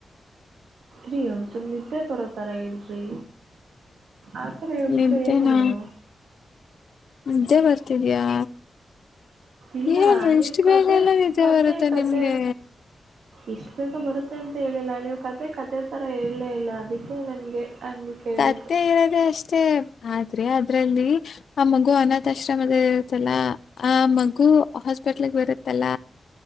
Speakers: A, on the right (about 85°); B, on the left (about 70°).
A: ರೀ ಒಂದಸುಮ್ ನಿದ್ದೆ ಬರೋತಾರ ಹೇಳ್ರಿ ಆಥರ ಹೇಳ್ಬಿಟ್ರೆ
B: ನಿದ್ದೆನಾ
A: ಹೇಗ ನೀವೋ
B: ನಿದ್ದೆ ಬರ್ತಿದಯಾ
A: ಇಲ್ಲ
B: ಏನ್ರು
A: ನೀವು
B: ಇಷ್ಟು ಬೇಗ
A: ಕತೆ
B: ಎಲ್ಲ ಇದಜ
A: ಕತೆ
B: ಬರುತ್ತೆ
A: ಕತೆ
B: ನಿಮ್ಗೆ
A: ಇಷ್ಟು ಬೇಕೋ ಬರುತ್ತೆ ಅಂತ ಹೇಳಿಲ್ಲ ನೀವು ಕತೆೆ ಕತೆೆ ಥರ ಹೇಳಲೇ ಇಲ್ಲ ಅದಕ್ಕೆ ನನಗೆ ಹಂಗೆ ಕೇಳಿದ್ದು
B: ಸತ್ತ ಇರೋದೆ ಅಷ್ಟೇ ಆದ್ರೆ ಅದ್ರಲ್ಲಿ ಆ ಮಗು ಅನಾಥಾಶ್ರಮದ ಇರುತ್ತಲ್ಲ ಆ ಮಗು ಹಾಸ್ಪಿಟ್ಲ್ಗ್ ಬರುತ್ತಲ್ಲ